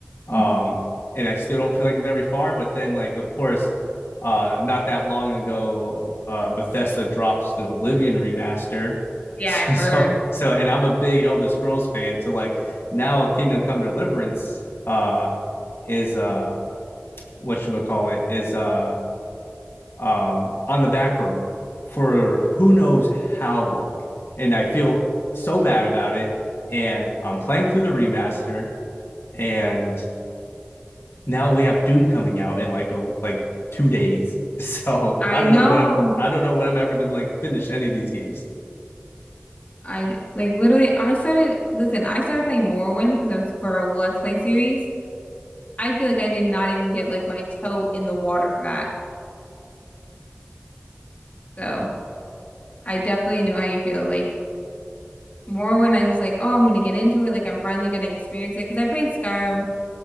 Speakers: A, on the left; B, on the left.
A: mhm.
B: Um, and I still don't feel like I'm very far. But then, like, of course, uh, not that long ago, uh, Bethesda drops the Oblivion remaster. <laughs>
A: yeah,
B: So,
A: I heard.
B: so, so, and I'm a big Elder Scrolls fan. So, like, now Kingdom Come Deliverance uh, is uh, what you would call it is uh, um, on the back burner for who knows how long. And I feel so bad about it. And I'm playing through the remaster, and now we have Doom coming out in like a like two days. <laughs> So
A: I
B: I don't
A: know.
B: know when I'm I don't know when I'm ever going to like finish any of these games.
A: I kn- like literally I started listen, I started playing Morrowind because I was for a Let's Play series. I feel like I did not even get like my toe in the water for that. So I definitely know how you feel. Like Morrowind, I was like, oh, I'm gonna get into it. Like I'm finally gonna experience it because I played Skyrim So